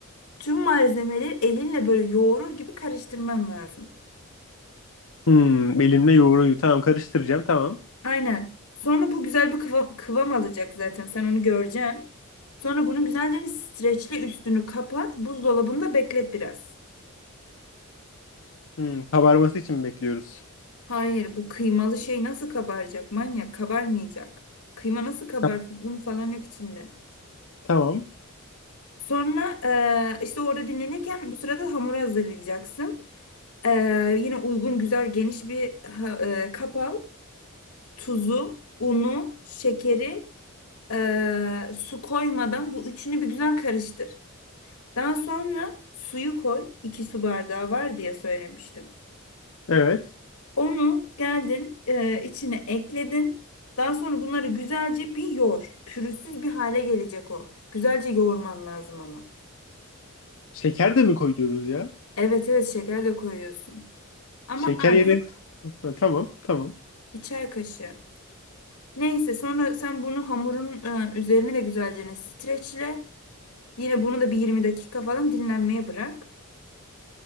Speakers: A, on the left; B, on the left.
A: Tüm malzemeleri elinle böyle yoğurur gibi karıştırman lazım.
B: Hmm, elimle yoğuruyu tamam karıştıracağım tamam.
A: Aynen. Sonra bu güzel bir kıvam, kıvam alacak zaten. Sen onu göreceksin. Sonra bunun güzelce streçle üstünü kapat. Buzdolabında beklet biraz.
B: Hmm, kabarması için mi bekliyoruz?
A: Hayır, bu kıymalı şey nasıl kabaracak manyak? Kabarmayacak. Kıyma nasıl kabarsın?
B: Ta-
A: Un falan yok içinde.
B: Tamam.
A: Sonra eee, işte orada dinlenirken bu sırada hamuru hazırlayacaksın. Eee, yine uygun güzel geniş bir ha- eee, kap al. Tuzu, unu, şekeri, eee, su koymadan bu üçünü bir güzel karıştır. Daha sonra suyu koy. 2 su bardağı var diye söylemiştim.
B: Evet.
A: Onu geldin e, içine ekledin. Daha sonra bunları güzelce bir yoğur. Pürüzsüz bir hale gelecek o. Güzelce yoğurman lazım ama.
B: Şeker de mi koyuyoruz ya?
A: Evet evet şeker de koyuyorsun. Ama
B: Şeker
A: az.
B: yeri. Ha, tamam, tamam.
A: Bir çay kaşığı. Neyse sonra sen bunu hamurun e, üzerine de güzelce streçle. Yine bunu da bir 20 dakika falan dinlenmeye bırak.